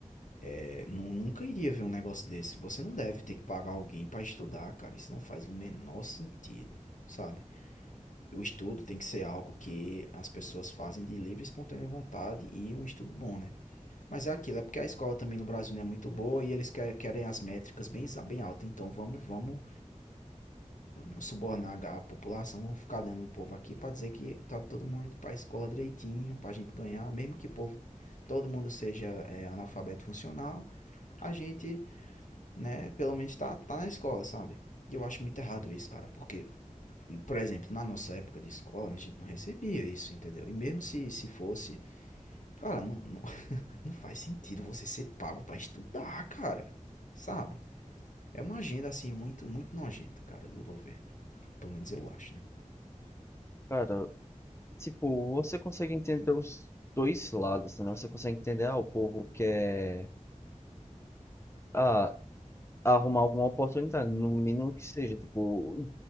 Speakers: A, on the left; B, on the left.
A: É, nu- nunca iria ver um negócio desse. Você não deve ter que pagar alguém pra estudar, cara. Isso não faz o menor sentido, sabe? O estudo tem que ser algo que as pessoas fazem de livre e espontânea vontade e um estudo bom, né? Mas é aquilo, é porque a escola também no Brasil não é muito boa e eles querem as métricas bem, bem altas. Então vamos, vamos, vamos subornar a população, vamos ficar dando o povo aqui para dizer que tá todo mundo indo para a escola direitinho, para a gente ganhar, mesmo que o povo, todo mundo seja é, analfabeto funcional, a gente, né, pelo menos tá, tá na escola, sabe? E eu acho muito errado isso, cara, porque, por exemplo, na nossa época de escola, a gente não recebia isso, entendeu? E mesmo se, se fosse, Cara, não, não, <laughs> não faz sentido você ser pago pra estudar, cara. Sabe? É uma agenda, assim, muito, muito nojenta, cara, do governo. Pelo menos eu acho, né?
B: Cara, tipo, você consegue entender os dois lados, né? Você consegue entender, ah, o povo quer ah, arrumar alguma oportunidade, no mínimo que seja, tipo,